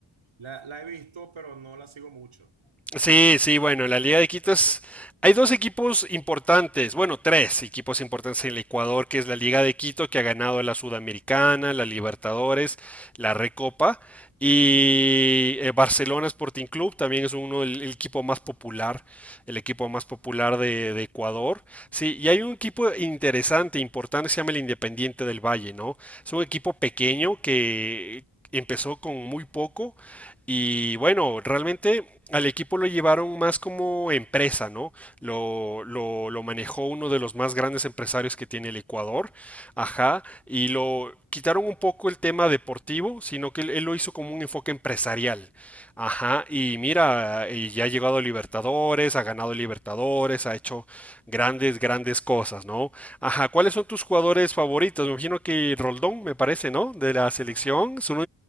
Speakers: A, on the right (about 90°); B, in the centre.
A: La, la he visto, pero no la sigo mucho.
B: Sí, sí, bueno, la Liga de Quito es... Hay dos equipos importantes, bueno, tres equipos importantes en el Ecuador, que es la Liga de Quito, que ha ganado la Sudamericana, la Libertadores, la Recopa, y eh, Barcelona Sporting Club también es uno el, el equipo más popular, el equipo más popular de, de Ecuador. Sí, y hay un equipo interesante, importante, se llama el Independiente del Valle, ¿no? Es un equipo pequeño que empezó con muy poco y bueno, realmente al equipo lo llevaron más como empresa, ¿no? Lo, lo, lo manejó uno de los más grandes empresarios que tiene el Ecuador, ajá, y lo quitaron un poco el tema deportivo, sino que él, él lo hizo como un enfoque empresarial, ajá, y mira, y ya ha llegado a Libertadores, ha ganado Libertadores, ha hecho grandes, grandes cosas, ¿no? Ajá, ¿cuáles son tus jugadores favoritos? Me imagino que Roldón, me parece, ¿no? De la selección,
A: Ajá.
B: es un